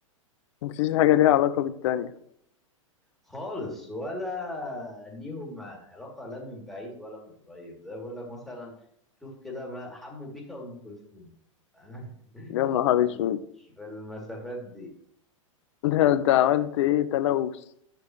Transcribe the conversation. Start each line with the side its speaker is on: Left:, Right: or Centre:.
Left: مفيش حاجة ليها علاقة بالتانية
Centre: خالص ولا ليهم علاقة لا من بعيد ولا من قريب زي بقول لك مثلا شوف كده ما حمو بيكا وأم كلثوم <laughs>
Left: يا نهار
Centre: في
Left: اسود
Centre: في المسافات دي
Left: <laughs> ده انت عملت ايه تلوث